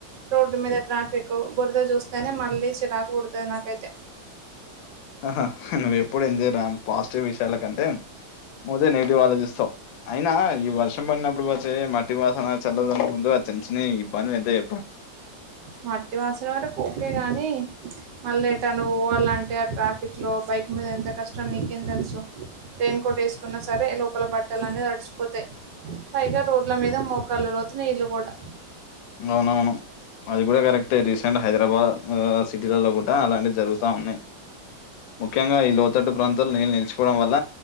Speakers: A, on the right; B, on the left.
A: రోడ్డు మీద ట్రాఫిక్ బురద చూస్తేనే మళ్ళీ చిరాకు పుడుతది నాకైతే
B: ఆహా నువ్వెప్పుడు ఇంతేరా పాజిటివ్ విషయాల కంటే ముదే నెగిటివ్ ఆలోచిస్తావు అయినా ఈ వర్షం పడినప్పుడు వచ్చే మట్టి వాసన చల్లదన ముందు చిన్న చిన్న ఇ బంది ఎంతా ఎప్ప
A: మట్టి వాసిన వరకు ఓకే గాని మళ్ళ ఏట నువ్వు పోవాలంటే ఆ ట్రాఫిక్ లో బయ బైక్ మీద ఎంత కష్టం నీకేం తెలుసు రెయిన్ కోట్ వేసుకున్నా సరే లోపల బట్టలు అన్నీ త డిచిపోతాయి. పైగా రోడ్ల మీద మోకాళ్ల లోతు నీళ్లు కూడా
B: నవునవును అది కూడ కరెక్ట్ రీసెంట్ హైదరాబాద్ అ సిటీలలో కూడ అలానే జరుగుతా ఉన్నాయి. ముఖ్యంగా ఈ లోతట్టు ప్రాంతాలు నీళ్ళు నిలిచిపోవడం వల్ల